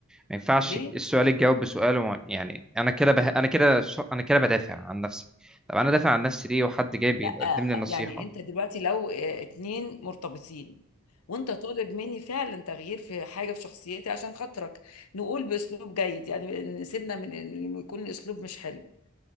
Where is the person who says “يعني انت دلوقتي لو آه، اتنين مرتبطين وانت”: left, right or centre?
Left